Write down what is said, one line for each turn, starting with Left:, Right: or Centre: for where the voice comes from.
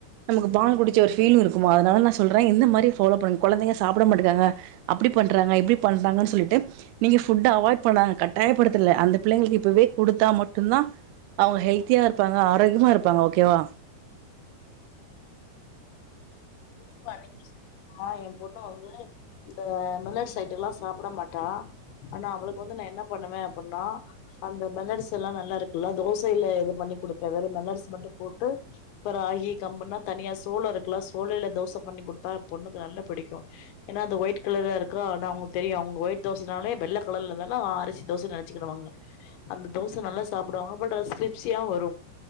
Right: நமக்கு பால் குடிச்ச ஒரு ஃபீலி்ங் இருக்குமா அதனால நா சொல்றே இந்த மாரி ஃபாலோ பண்ணுங்க கொழந்தங்க சாப்ட மாட்டுகிறாங்க அப்டி பண்றாங்க இப்டி பண்றாங்கன்னு சொல்லிட்டு நீங்க ஃபுட்ட அவாய்ட் பண்ணாங்க கட்டாயப்படுத்தல அந்த பிள்ளைங்களுக்கு இப்பவே குடுத்தா மட்டுதா அவங்க ஹெல்த்தியா இருப்பாங்க ஆரோக்கியமா இருப்பாங்க ஓகேவா
Left: கண்டிப்பா நீங்க சொல்லாம் அ எ பொண்ணு வந்து இந்த மில்லட் சைட்டு எல்லா சாப்ட மாட்டா ஆனா அவளுக்கு வந்து நா என்ன பண்ணுவே அப்டின்னா அந்த மெல்லட்ஸ் எல்லா நல்லா இருக்குல்ல தோசையில இது பண்ணி குடுப்பே வேற மெல்லட்ஸ் மட்டு போட்டு அப்ப ராகி கம்புன்னா தனியா சோள இருக்குலா சோளையில தோசை பண்ணி குடுத்தா எ பொண்ணுக்கு நல்லா பிடிக்கும் ஏன்னா அந்த ஒயிட் கலர்ல இருக்கு ஆனா அவங்க தெரியு அவங்க ஒயிட் தோசைனாலே வெள்ள கலர்ல இருந்தாலா அரிசி தோசைன்னு நைச்ச <unintelligible> அந்த தோசை நல்லா சாப்டுவாங்க பட் கிரிஸ்பியா வரு